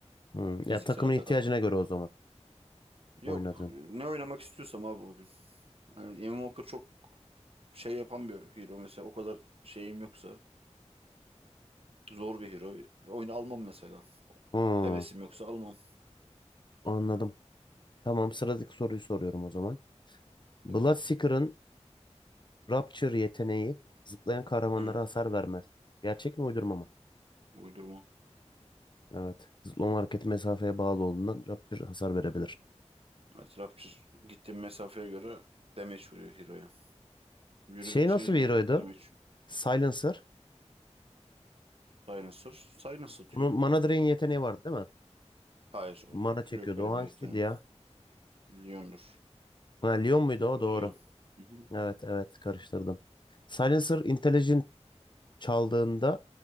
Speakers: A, on the left; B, on the right.
A: Hmm,
B: Fiziksel
A: ya takımın
B: atak
A: ihtiyacına
B: atan.
A: göre o zaman
B: Yok.
A: oynadığın.
B: Ne oynamak istiyorsam abi bugün. Yani Ian Walker çok şey yapan bir hero mesela. O kadar şeyim yoksa zor bir hero. Oyunu almam mesela.
A: Hmm.
B: Hevesim yoksa Evet. almam.
A: Anladım.
B: Yani,
A: Tamam sıradaki soruyu soruyorum o zaman. Bloodseeker'ın
B: tabii.
A: Rapture yeteneği zıplayan kahramanlara
B: Hı.
A: hasar vermez. Gerçek mi uydurma mı?
B: Uydurma.
A: Evet. Zıplama hareketi mesafeye bağlı olduğundan Rapture hasar verebilir.
B: Yani Trapçır gittiğim mesafeye göre damage vuruyor hero'ya. Yürüdükçe
A: Şey nasıl
B: hero
A: bir heroydu?
B: damage Hmm.
A: Silencer.
B: silencer. Silence atıyor.
A: Bunun Mana Drain yeteneği vardı değil mi?
B: Hayır o.
A: Mana çekiyordu.
B: Yok öyle
A: O hangisiydi
B: bir yeteneği.
A: ya?
B: Leon'dur.
A: Ha, Leon muydu o?
B: Bu
A: Doğru.
B: Leon. Hı hı.
A: Evet evet karıştırdım. Silencer Intelligent çaldığında